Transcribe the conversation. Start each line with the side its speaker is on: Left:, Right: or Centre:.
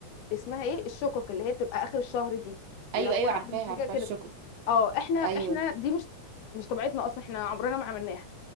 Left: اسمها ايه الشقق اللي هي بتبقى اخر الشهر دي
Right: ايوه
Left: اللي هو
Right: ايوه
Left: ناخد
Right: عارفاه
Left: من حاجه
Right: عارفاه
Left: كده
Right: الشوكو
Left: اه احنا احنا
Right: ايوه
Left: دي مش مش طبيعتنا اصلا احنا عمرنا ما عملناها